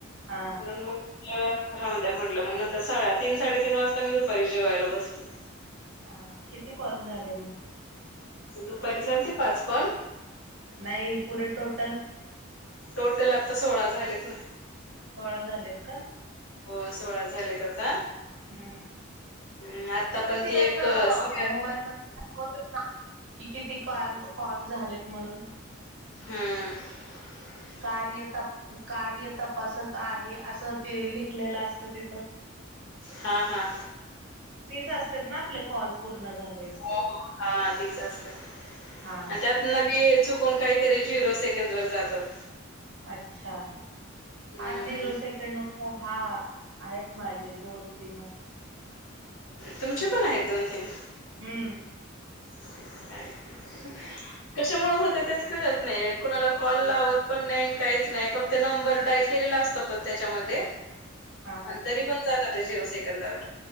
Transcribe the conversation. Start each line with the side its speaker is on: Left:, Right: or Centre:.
Right: हा
Left: म्हणून मग राहून द्या म्हटलं मग नंतर स्या तीन साडेतीन वाजता मी दुपारी जेवायला बसली.
Right: हा किती कॉल झाले मग?
Left: दुपारी झालते पाच कॉल
Right: नाही पुरे टोटल
Left: टोटल आत्ता सोळा झालेत ना
Right: सोळा झालेत का?
Left: हो सोळा झालेत आता
Right: हम्म
Left: हम्म आता
Right: तिथं
Left: पण
Right: ती असं
Left: एक हम्म
Right: मोबाईल मध्ये <unintelligible> की किती कॉल कॉल झालेत म्हणून
Left: हम
Right: कार्य तप कार्य तपासत आहे असं ते लिखलेलं असत तिथं
Left: हा हा
Right: तीच असते ना आपले कॉल पूर्ण झा-
Left: हो हो हा तीच असते आणि
Right: हा.
Left: त्यात न- ते चुकून कायतरी झिरो सेकंदवर जातात.
Right: अच्छा
Left: अं,
Right: हा झिरो सेकंड हा आहेत माझे दोन तीन
Left: तुमचे पण आहेत दोन तीन
Right: हम्म
Left: <unintelligible> कशामुळे होत तेच कळत नाही कुणाला कॉल लावत पण नाही काहीच नाही फक्त ते नंबर डाईल केलेला असतो पण त्याच्यामध्ये
Right: ह <inaudible>
Left: आणि तरी पण जातात ते झिरो सेकंदावर